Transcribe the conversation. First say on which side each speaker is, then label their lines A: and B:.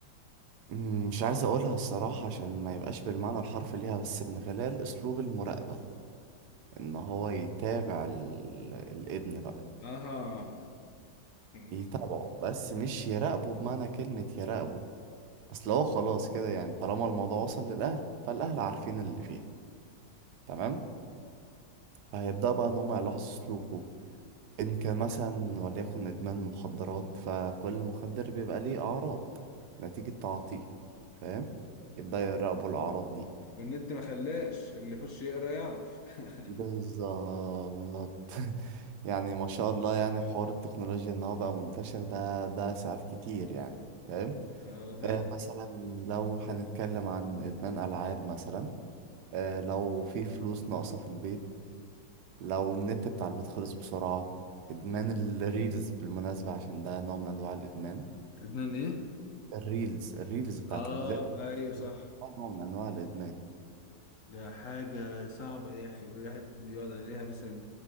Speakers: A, on the right; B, on the left.
A: مم، مش عايز اقولها الصراحة عشان ما يبقاش بالمعنى الحرفي ليها بس من خلال اسلوب المراقبة ان هو يتابع ال... الابن بقى
B: آها <laughs>
A: يتابعه بس مش يراقبه بمعنى كلمة يراقبه اصل هو خلاص كده يعني طالما الموضوع وصل للاهل فالاهل عارفين اللي فيها تمام فهيبدأ بقى ان هم يلاحظوا سلوكه ان كان مثلا وليكن ادمان مخدرات فكل مخدر بيبقى ليه اعراض نتيجة تعاطيه فاهم يبدأ يراقبوا الاعراض دي
B: والنت ما خلاش اللي يخش يقرا يعرف <laughs>
A: بالظبط <laughs> يعني ما شاء الله يعني حوار التكنولوجيا ان هو بقى منتشر ده ده ساعات كتير يعني فاهم
B: اه فعلا
A: آه مثلا لو هنتكلم عن ادمان العاب مثلا آه لو في فلوس ناقصه في البيت لو النت بتاع البيت خلص بسرعه ادمان الريلز بالمناسبه عشان ده نوع من انواع الادمان
B: لبنان ايه؟
A: الريلز الريلز بتاعت
B: اه
A: الفيديوهات
B: ايوه صح
A: ده نوع من انواع الادمان
B: ده حاجة صعبة يا اخي الواحد يقعد عليها مثلا